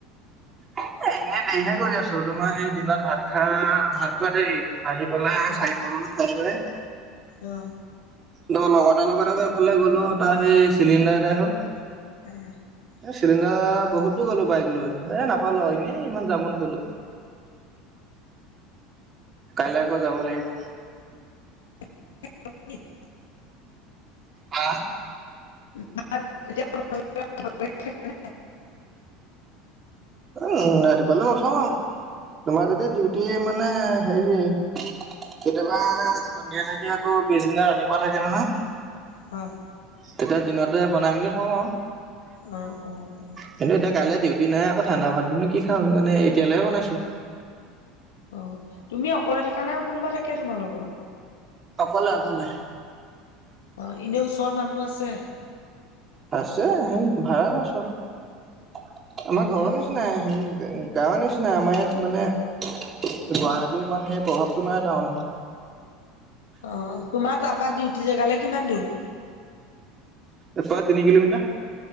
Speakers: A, on the right; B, on the left.
A: এ, এনে দেৰিহে কৰি আছোঁ। তোমাৰ সেই দিনত ভাত খা, ভাত খোৱা দেই। আহি পেলায়
B: অ
A: চাৰিটা মানত খাইছোঁহে।
B: অ
A: ত' লগৰ এটাৰ লগত এফালে গ'লো তাৰ সেই চিলিণ্ডাৰ এদাই হ'ল।
B: <unintelligible>
A: চিলিণ্ডাৰ বহুত দূৰ গ'লো বাইক লৈ। এ, নাপালোঁ এনেই ইমান যামত গলোঁ। কাইলে আকৌ যাব লাগিব।
B: <unintelligible>
A: হা!
B: <unintelligible>
A: উম, ৰাতিপুৱালে নথওঁ আও। তোমাৰ যদি ডিউটি মানে, হেৰি কেতিয়াবা, সন্ধিয়া থাকি আকৌ, পিছদিনা ৰাতিপুৱা থাকে নহয়।
B: হয়!
A: তেতিয়া দিনতে বনাই মেলি থওঁ আও।
B: অ'! অ'! অ'
A: কিন্তু, এতিয়া কাইলে ডিউটি নাই। আকৌ, ঠাণ্ডা ভাতনো কি খাওঁ, সেইটো কাৰণে এতিয়ালৈহে বনাইছোঁ।
B: অ'! তুমি অকলে থাকা নে, কোনোবা থাকে তোমাৰ লগত?
A: অকলে অকলে
B: অ'! এনে ওচৰত মানুহ আছে?
A: আছে। সেই, ভাড়া ঘৰ চব। আমাৰ
B: অ'
A: ঘৰৰ
B: অ'
A: নিচিনাই
B: অ'।
A: সেই গাঁৱৰ নিচিনা। আমাৰ ইয়াত মানে গুৱাহাটীৰ ইমান সেই প্ৰভাৱটো নহয় টাউনৰ।
B: অ'! তোমাৰ তাৰপা ডিউটি জেগালৈ কিমান দূৰ?
A: এয়াপা তিনি কিলোমিটাৰ।